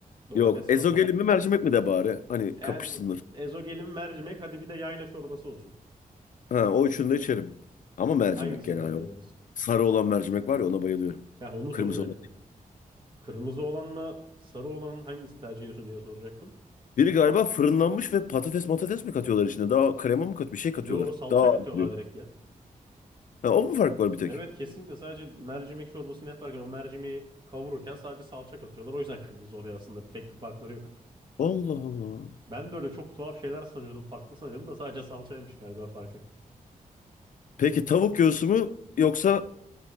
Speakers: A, on the right; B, on the left.
A: domates
B: Yok
A: çorbası.
B: ezogelin mi mercimek mi de bari. Hani
A: Eğer
B: kapışsınlar.
A: do- ezogelin mercimek hadi bir de yayla çorbası olsun.
B: Ha, o üçünü de içerim. Ama mercimek
A: Hangisini
B: genel
A: tercih
B: olarak.
A: edersin?
B: Sarı olan mercimek var ya ona bayılıyorum.
A: Ya onu
B: Kırmızı
A: soracaktım.
B: olan.
A: Kırmızı olanla sarı olanın hangisini tercih ediyorsun diye soracaktım.
B: Biri galiba fırınlanmış ve patates matates mi katıyorlar içine? Daha krema mı kat bir şey katıyorlar.
A: Yo salça
B: Daha ağır
A: katıyorlar
B: oluyor.
A: direkt
B: Ha, o mu fark var bir tek?
A: Evet kesinlikle sadece mercimek çorbasını yaparken o mercimeği kavururken sadece salça katıyorlar. O yüzden kırmızı oluyor aslında. Pek bir farkları yok.
B: Allah Allah.
A: Ben de öyle çok tuhaf şeyler sanıyordum. Farklı sanıyordum da sadece salçaymış galiba farkı.
B: Peki tavuk göğsü mü yoksa